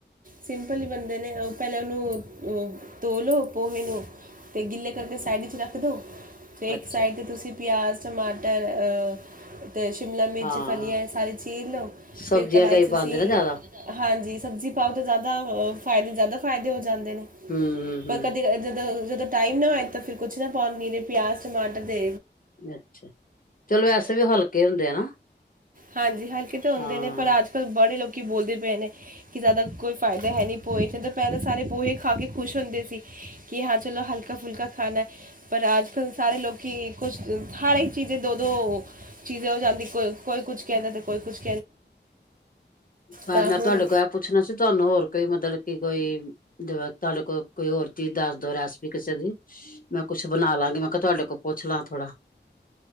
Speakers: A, on the right (about 45°); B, on the left (about 50°).
A: ਸਿੰਪਲ ਬਣਦੇ ਨੇ, ਉਹ ਪਹਿਲਾਂ ਉਹਨੂੰ ਧੋ ਲਓ ਪੋਹੇ ਨੂੰ ਅਤੇ ਗਿੱਲੇੇ ਕਰਕੇ ਸਾਈਡ ਰੱਖ ਦਿਉ ਅਤੇ ਇੱਕ
B: ਅੱਛਾ
A: ਸਾਈਡ ਤੇ ਤੁਸੀਂ ਪਿਆਜ਼, ਟਮਾਟਰ ਅਤੇ ਸ਼ਿਮਲਾ ਮਿਰਚ,
B: ਹਾਂ
A: ਫਲੀਆਂ ਸਾਰੀ ਚੀਰ ਲਓ।
B: ਸਬਜ਼ੀਆਂ
A: ਫਿਰ ਕੜਾਹੀ
B: ਕਈ
A: ਚਸੀਂ
B: ਪਾਉਂਦੇ ਨਾ ਜ਼ਿਆਦਾ
A: ਹਾਂਜੀ ਸਬਜ਼ੀ ਪਾਓ ਤਾਂ ਜ਼ਿਆਦਾ ਫਾਇਦੇ ਜ਼ਿਆਦਾ ਫਾਇਦੇ ਹੋ ਜਾਂਦੇ ਨੇ
B: ਹਮ ਹਮ
A: ਪਰ
B: ਹਮ
A: ਕਦੇ ਜਦੋਂ- ਜਦੋਂ ਟਾਈਮ ਨਾ ਹੋਏ ਤਾਂ ਫਿਰ ਕੁਛ ਨਾ ਪਾਉਣ ਨੀਰੇ ਪਿਆਜ਼, ਟਮਾਟਰ ਦੇ
B: ਅੱਛਾ! ਚਲੋ, ਵੈਸੇ ਵੀ ਉਹ ਹਲਕੇ ਹੁੰਦੇ ਆ ਨਾ।
A: ਹਾਂਜੀ! ਹਲਕੇ ਤਾਂ ਹੁੰਦੇ
B: ਹਾਂ
A: ਨੇ ਪਰ ਅੱਜ ਕੱਲ੍ਹ ਬੜੇ ਲੋਕ ਬੋਲਦੇ ਪਏ ਨੇ ਕਿ ਜ਼ਿਆਦਾ ਕੋਈ ਫਾਇਦਾ ਹੈ ਨਹੀਂ, ਪੋਹੇ 'ਚ ਤਾਂ ਪਹਿਲਾਂ ਸਾਰੇ ਪੋਹੇ ਖਾ ਕੇ ਖੁਸ਼ ਹੁੰਦੇ ਸੀ। ਕਿ ਹਾਂ ਚਲੋ ਹਲਕਾ ਹਲਕਾ ਫੁਲਕਾ ਖਾਨਾ ਹੈ। ਪਰ ਆਜ ਕੱਲ ਸਾਰੇ ਲੋਕ ਕਿ ਕੁਛ ਹਰ ਇੱਕ ਚੀਜ਼ੇ ਦੋ- ਦੋ ਚੀਜ਼ ਹੋ ਜਾਂਦੀ। ਕੋ ਕੋਈ ਕੁਛ ਕਹਿੰਦਾ ਤੇ ਕੋਈ ਕੁਛ
B: ਹਾਂ
A: ਤਾਂ
B: ਮੈਂ ਤੁਹਾਡੇ
A: ਹੁਣ
B: ਕੋਲ ਏ ਪੁ ਪੁੱਛਣਾ ਸੀ। ਤੁਹਾਨੂੰ ਹੋਰ ਕੋਈ ਮਤਲਬ ਕੀ ਕੋਈ ਜਵਾ ਤੁਹਾਡੇ ਕੋਲ ਕੋਈ ਹੋਰ ਚੀਜ਼ ਦੱਸ ਦੋ ਰੈਸਪੀ ਕਿਸੇ ਦੀ ਮੈਂ ਕੁਛ ਬਣਾ ਲਵਾਂਗੀ ਮੈਂ ਕਿਹਾ। ਤੁਹਾਡੇ ਕੋਲ ਪੁੱਛ ਲਾਂ ਥੋੜਾ।